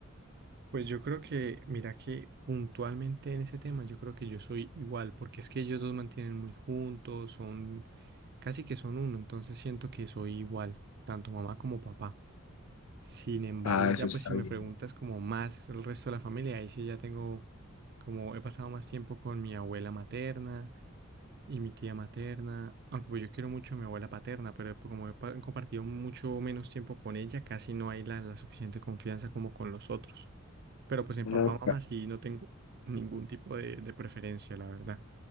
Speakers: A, on the right (about 50°); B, on the left (about 80°).
A: Pues yo creo que, mira que puntualmente en ese tema, yo creo que yo soy igual, porque es que ellos dos mantienen muy juntos, son casi que son uno, entonces siento que soy igual, tanto mamá como papá. Sin embargo,
B: Ah,
A: ya
B: eso está
A: pues si me
B: bien.
A: preguntas como más el resto de la familia, ahí sí ya tengo como he pasado más tiempo con mi abuela materna y mi tía materna, aunque pues yo quiero mucho a mi abuela paterna, pero como he pa- compartido mucho menos tiempo con ella, casi no hay la, la suficiente confianza como con los otros. Pero pues en
B: No,
A: papá, mamá sí no tengo ningún tipo de, de preferencia, la verdad.